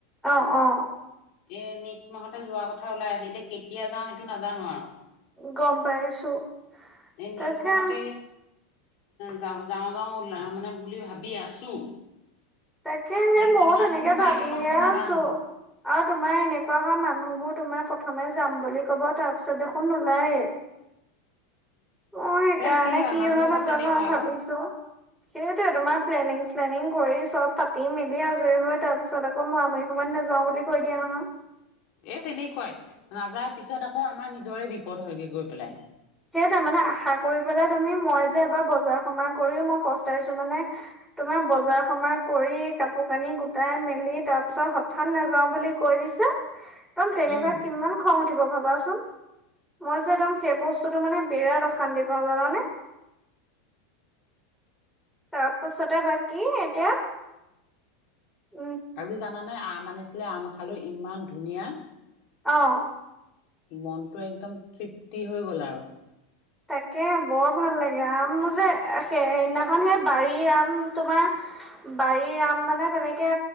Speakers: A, in the centre; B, on the left.
A: অ- অ।
B: এ নেক্সট মাহতে যোৱাৰ কথা ওলাই আছে। এতিয়া কেতিয়া যাওঁ সেইটো নাজানো আৰু।
A: গ'ম পাইছো।
B: এই, নেক্সট
A: তাকে
B: মাহতে যা- যাওঁ- যাওঁ উলাম মানে বুলি ভাবি আছো।
A: তাকে হে
B: এতিয়া
A: মইও
B: কিমান
A: তেনেকে
B: দূৰ পায়গে
A: ভাবিহে
B: কথাটো নাজানো
A: আছো। আৰু তোমাৰ এনেকুৱা হোৱা মানুহবোৰ তোমাৰ প্ৰথমে যাম বুলি কব, তাৰ পিছত দেখোন নোলায়ে।
B: <inaudible>
A: অ'সেইকাৰণে
B: এ সেয়া
A: কি
B: মানুহবোৰ
A: হয় নাজানো
B: চব তেনেকুৱাই
A: আৰু ভাবিছো।
B: অ
A: সেইটোৱে তোমাৰ প্লেনিং শ্লেনিং কৰি চব পাতি মেলি আজৰি হৈ তাৰ পিছত আকৌ মুৰা- মাৰি সময়ত নাযাওঁ বুলি কৈ দিয়ে নহয়।
B: এ তেনেকুৱাই নাযায় পিছত আকৌ আমাৰ নিজৰে বিপদ হয়গৈ গৈ পেলাই।
A: সেইটোৱে মানে আশা কৰি পেলাই তুমি ম'ই যে এবাৰ বজাৰ- সমাৰ কৰি মই পস্তাইছো মানে তোমাৰ বজাৰ- সমাৰ কৰি কাপোৰ- কানি গোটাই মেলি তাৰ পিছত হঠাৎ নাযাও বুলি কৈ দিছে একদম তেনেকুৱা
B: উম
A: কিমান খং উঠিব ভাবাচোন মই যে এদম সেই বচ বস্তুটো মানে বিৰাট অশান্তি পাওঁ জানানে? তাৰপাছতে বাকী এতিয়া উম,
B: আজি জানা নে আম আনিছিলে আম খালোঁ ইমান ধুনীয়া।
A: অ',
B: মনটো একদম তৃপ্তি হৈ গ'ল আৰু।
A: তাকে, বৰ ভাল লাগে আম যে সেইদিনাখন সেই বাৰীৰ আম তোমাৰ বাৰীৰ আম মানে তেনেকে